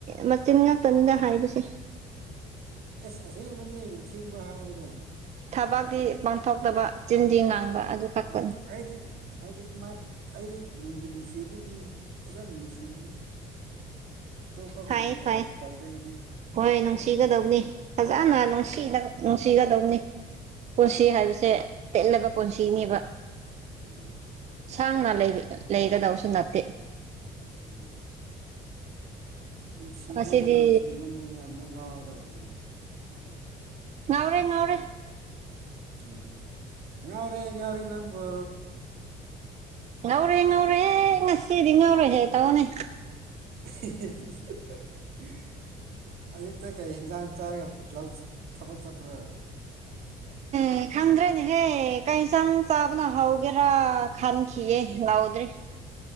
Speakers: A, on the right (about 40°); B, on the right (about 65°).
A: ꯃꯆꯤꯟ ꯉꯥꯛꯇꯅꯤꯅ ꯍꯥꯏꯕꯁꯦ
B: ꯑꯁ ꯑꯁꯦꯡꯕꯅꯦ ꯑꯁꯦꯡꯕ ꯍꯥꯏꯔꯒ
A: ꯊꯕꯛꯇꯤ ꯄꯥꯡꯊꯣꯛꯇꯕ ꯆꯤꯟꯗꯤ ꯉꯥꯡꯕ ꯑꯗꯨ
B: <unintelligible>
A: ꯈꯛꯇꯅꯤ
B: ꯑꯩꯗꯤ ꯑꯩꯗꯤ ꯑꯗꯨꯃꯥꯏ ꯑꯩꯗꯤ ꯅꯨꯡꯗꯤ ꯅꯨꯡꯁꯤꯗꯤ ꯐꯖꯅ ꯅꯨꯡꯁꯤꯕꯅꯦ ꯑꯇꯣꯞꯄꯒꯨꯝꯅ
A: ꯐꯩꯌꯦ
B: ꯇꯧ
A: ꯐꯩꯌꯦ
B: ꯇꯩꯗꯦ‌ ꯑꯩꯗꯤ
A: ꯍꯣꯏ ꯅꯨꯡꯁꯤꯒꯗꯧꯕꯅꯤ ꯐꯖꯅ ꯅꯨꯡꯁꯤꯅ ꯅꯨꯡꯁꯤꯒꯗꯧꯕꯅꯤ ꯄꯨꯟꯁꯤ ꯍꯥꯏꯕꯁꯦ ꯇꯦꯜꯂꯕ ꯄꯨꯟꯁꯤꯅꯦꯕ
B: ꯑꯗꯨꯅ
A: ꯁꯥꯡꯅ ꯂꯩꯒꯗꯧꯁꯨ ꯅꯠꯇꯦ
B: ꯎꯝ ꯅꯨꯡꯁꯤꯃꯟꯗ
A: ꯉꯁꯤꯗꯤ
B: ꯅꯨꯡꯁꯤꯃꯟꯗꯅ ꯑꯃꯨꯛ ꯉꯥꯎꯗꯧꯔꯤꯅꯦ
A: ꯉꯥꯎꯔꯦ ꯉꯥꯎꯔꯦ
B: ꯎꯝ ꯉꯥꯎꯔꯦ ꯉꯥꯎꯔꯦ ꯅꯪꯕꯨ
A: ꯉꯧꯔꯦ ꯉꯧꯔꯦ ꯉꯁꯤꯗꯤ ꯉꯧꯔꯦ ꯍꯦ ꯇꯧꯅꯦ
B: <inaudible> ꯑꯌꯨꯛꯇ ꯀꯩ ꯍꯦꯟꯖꯥꯡ ꯆꯥꯔꯒ ꯂꯧ ꯊꯕꯛ ꯆꯠꯄꯔꫭ
A: ꯑꯦ ꯈꯪꯗ꯭ꯔꯦꯅꯦꯍꯦ ꯀꯩ ꯏꯟꯁꯥꯡ ꯆꯥꯕꯅ ꯍꯥꯎꯒꯦꯔꯥ ꯈꯟꯈꯤꯒꯦ ꯂꯥꯎꯗ꯭ꯔꯤ